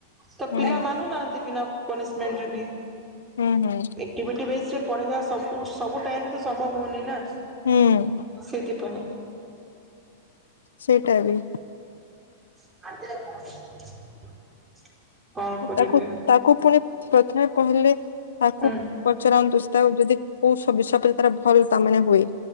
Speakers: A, on the right; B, on the left.
A: ତ
B: ହୁଁ
A: ପିଲା ମାନୁନାହାନ୍ତି ବିନା ପନିସିମେଣ୍ଟ ବି
B: ହୁଁ ହୁଁ
A: ଏକ୍ଟିଭିଟି ବେସ ପଢେଇବା ସବୁ ସବୁ ଟାଇମ୍ ରେ ତ ସମ୍ଭବ ହଉନି ନା
B: ହୁଁ
A: ସେଇଥିପାଇଁ।
B: ସେଇଟା ବି।
A: <unintelligible> କରିବେ
B: ତାକୁ ତାକୁ ପୁଣି ପ୍ରଥମେ ପହିଲେ। ତାକୁ
A: ହୁଁ
B: ପଚରାନ୍ତୁ ତାଉ ଯଦି କୋଉ ସବୁ ବିଷୟ ତାର ଭଲ ତା ମାନେ ହୁଏ।